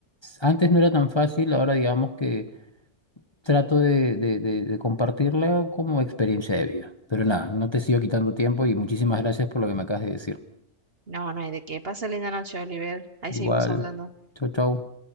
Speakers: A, on the left; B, on the right.
A: Antes no era tan fácil, ahora digamos que trato de, de, de, de compartirla como experiencia de vida. Pero nada, no te sigo quitando tiempo y muchísimas gracias por lo que me acabas de decir.
B: No, no hay de qué. Pasa linda noche, Oliver. Ahí
A: Igual,
B: seguimos hablando.
A: chau, chau.